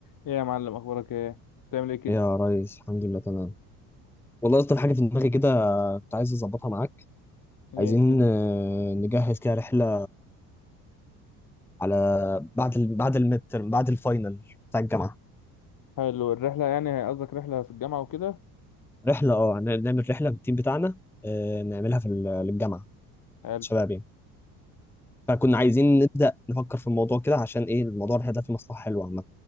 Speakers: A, on the left; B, in the centre.
A: ايه يا معلم اخبارك ايه بتعمل ايه كده
B: يا ريس الحمد لله تمام والله اصلا حاجه في دماغي كده كنت عايز اظبطها معاك
A: ايه
B: عايزين
A: الدنيا
B: آه، نجهز كده رحله على بعد ال... بعد المتر بعد الفاينل بتاع الجامعه
A: حلو الرحله يعني قصدك رحله في الجامعه وكده
B: رحله اه هن- نعمل رحله بالتيم بتاعنا آه، نعملها في ال- للجامعه
A: حلو
B: شباب يعني فكنا عايزين نبدا نفكر في الموضوع كده عشان ايه الموضوع الرحله ده فيه مصلحه حلوه عامه